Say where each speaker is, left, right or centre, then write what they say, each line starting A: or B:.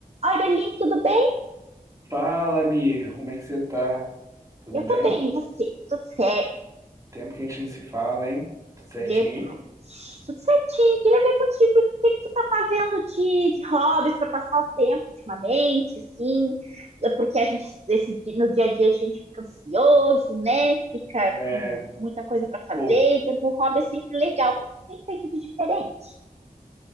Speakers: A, on the right; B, on the right.
A: Oi, Berlim, tudo bem?
B: Fala, amiga, como é que você tá? Tudo
A: Eu
B: bem?
A: tô bem, e você? Tudo certo,
B: Tempo que a gente não se fala, hein? Tudo certinho
A: verdade.
B: aí?
A: Tudo certinho. Queria ver contigo o que que tu tá fazendo de, de hobbies pra passar o tempo ultimamente, assim, porque a gente, esse di- no dia a dia a gente fica ansioso, né? Fica
B: É,
A: com muita coisa para fazer,
B: pô,
A: então o hobby é sempre legal. O que que tu tem feito de diferente?